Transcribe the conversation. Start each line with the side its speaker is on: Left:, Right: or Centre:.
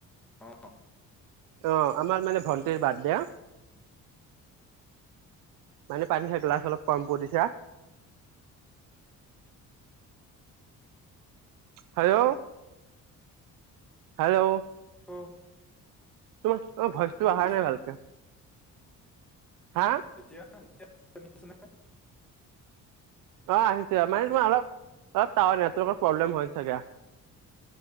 Centre: অ
Right: অ আমাৰ মানে ভন্টিৰ বাৰ্থডে। মানে পানী খাইটো গিলাছ অলপ কম কৈ দিছে। হেল্ল', হেল্ল',
Centre: অহ',
Right: তোমাৰ -তোমাৰ ভইচটো
Centre: গৈছিলে
Right: আহা নাই ভালকে, হা?
Centre: এতিয়া- এতিয়া আনিছে নে
Right: অ, আহিছে মানে তোমাৰ অলপ -অলপ টাৱাৰ নেটৱৰ্কৰ প্ৰব্লেম হয় চাগে অহ।